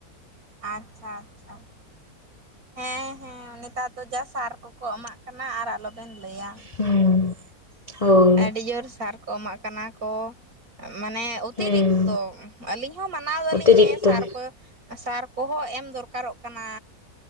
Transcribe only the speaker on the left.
ᱦᱩᱸ᱾ ᱦᱳᱭ
ᱦᱩᱸ
ᱚᱛᱤᱨᱤᱠᱛᱚ